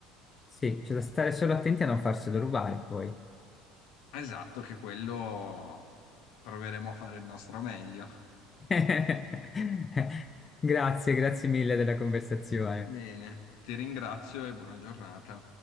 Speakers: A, on the left (about 20°); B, on the left (about 70°).
A: Sì, c'è da stare solo attenti a non farselo rubare poi.
B: Esatto, che quello proveremo a fare il nostro meglio.
A: <laughs> Grazie, grazie mille della conversazione.
B: Bene, ti ringrazio e buona giornata.